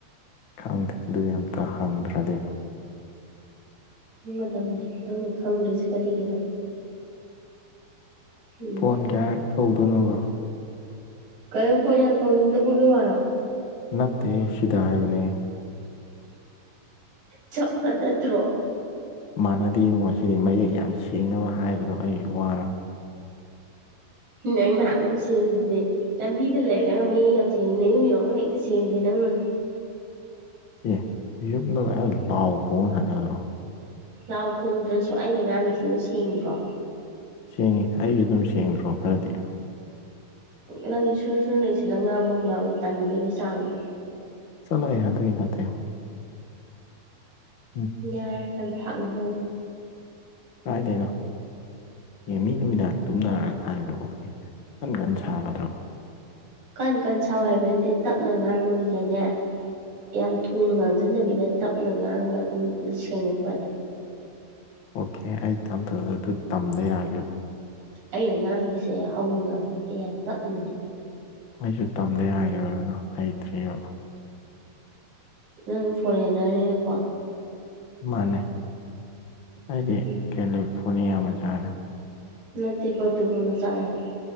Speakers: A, on the left (about 70°); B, on the right (about 40°).
A: ꯈꯪꯗꯦ ꯑꯗꯨꯗꯤ ꯑꯝꯇ ꯍꯪꯗ꯭ꯔꯗꯤ
B: ꯄꯪꯒ ꯇꯕꯅꯦ ꯅꯪꯅ ꯈꯪꯗ꯭ꯔꯤꯁꯦ ꯀꯔꯤꯒꯤꯅꯣ ꯎꯝ
A: ꯐꯣꯟ ꯀꯌꯥꯔꯛ ꯇꯧꯗꯣꯏꯅꯣꯕꯣ
B: ꯀꯔꯤꯝ ꯐꯣꯟ ꯌꯥꯝ ꯇꯧꯅꯤꯡꯗꯕꯒꯤ ꯋꯥꯔꯣ
A: ꯅꯠꯇꯦ ꯁꯤꯗ ꯍꯥꯏꯕꯅꯦ
B: ꯆꯞꯄꯥ ꯃꯥꯟꯅꯗꯦ
A: ꯃꯥꯟꯅꯗꯦ ꯉꯁꯤꯗꯤ ꯃꯌꯦꯛ ꯌꯥꯝ ꯁꯦꯡꯅꯕ ꯍꯥꯏꯕꯗꯣ ꯑꯩ ꯋꯥꯔꯕ
B: ꯗꯪ ꯅꯍꯥꯟꯒꯩ ꯦꯡꯉꯤꯗꯨꯗꯤ <inaudible> ꯂꯝꯕꯤꯗ ꯂꯩꯔꯒꯅ ꯃꯌꯦꯛ ꯌꯥꯝ ꯁꯦꯡꯉꯤ ꯅꯌꯨꯝ ꯌꯧꯔꯒꯅ ꯍꯦꯛꯇ ꯁꯦꯡꯗꯦ ꯅꯪꯅ
A: ꯑꯦ ꯌꯨꯝꯗ ꯑ ꯂꯥꯎ ꯈꯣꯡꯉ ꯊꯔꯒꯗ꯭ꯔꯣ
B: ꯂꯥꯎ ꯈꯣꯡꯗ꯭ꯔꯁꯨ ꯑꯩꯅ ꯉꯥꯡꯉꯤꯁꯤꯗ ꯁꯦꯡꯗ꯭ꯔꯣ
A: ꯁꯦꯡꯉꯤ ꯑꯩꯁꯨ ꯑꯗꯨꯝ ꯁꯦꯡꯗ꯭ꯔꯣ ꯈꯔꯗꯤ
B: ꯅꯪꯒꯤ ꯁꯨꯔꯨ ꯁꯨꯔꯅ ꯏꯁꯤꯜꯂ ꯉꯥꯡꯕ ꯑꯃ ꯌꯥꯎꯋꯦ ꯇꯟꯕꯒꯤ ꯆꯥꯡꯗ
A: ꯆꯂꯣꯑꯦ ꯑ ꯑꯗꯨꯢ ꯅꯠꯇꯦ ꯎꯝ
B: ꯌꯥꯔꯦ ꯅꯝꯊꯥꯛꯅꯦ
A: ꯀꯥꯏ ꯂꯩꯅꯣ ꯑꯦ ꯃꯤ ꯅꯨꯣꯏꯃꯤꯗꯥꯡ ꯇꯨꯝꯅꯔꯒ ꯀꯥꯏꯅꯗꯧꯕ ꯑꯦ ꯀꯟ ꯀꯟꯅ ꯁꯥꯒꯗ꯭ꯔꯣ
B: ꯀꯟ ꯀꯟ ꯁꯥꯎ ꯍꯥꯏꯕ ꯅꯠꯇꯦ ꯇꯞꯅ ꯉꯥꯡꯉꯨꯗꯨꯗꯅꯦ ꯌꯥꯝ ꯊꯨꯅ ꯉꯥꯡꯁꯤꯟꯗꯕꯤꯗ ꯇꯞꯅ ꯉꯥꯡꯉꯒ ꯑꯗꯨꯝ ꯁꯦꯡꯉꯛꯄꯅꯦ
A: ꯑꯣꯀꯦ ꯑꯩ ꯇ ꯑꯗꯨ ꯇꯝꯗ ꯌꯥꯒꯔꯣ
B: ꯑꯩꯩꯅ ꯉꯥꯡꯉꯤꯁꯦ ꯍꯧꯅ ꯉꯥꯡꯕꯗꯤ ꯌꯥꯝ ꯇꯞꯅꯅꯤ
A: ꯑꯩꯁꯨ ꯇꯝꯗ ꯌꯥꯒꯦꯗꯣ ꯍꯩꯇ꯭ꯔꯤꯑꯕ
B: ꯅꯪ ꯐꯣꯔꯦꯟꯅꯔꯅꯤꯅꯀꯣ
A: ꯃꯥꯥꯟꯅꯩ ꯑꯩꯗꯤ
B: ꯎꯝ
A: ꯀꯦꯂꯤꯐꯣꯔꯅꯤꯌꯥ ꯃꯆꯥꯥꯅꯦ
B: ꯅꯠꯇꯦ ꯄꯣꯔꯇꯨꯒꯣꯜ ꯃꯆꯥꯥꯗ